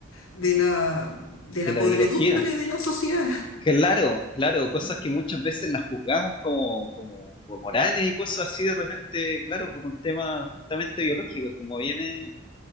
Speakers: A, on the left; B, on the left.
A: de la, de
B: de
A: la
B: la
A: podredumbre
B: biología.
A: de la sociedad.
B: Claro, claro, cosas
A: Ujú.
B: que muchas veces las juzgamos como, como, como morales y cosas así de repente, claro, por un tema justamente biológico, es como viene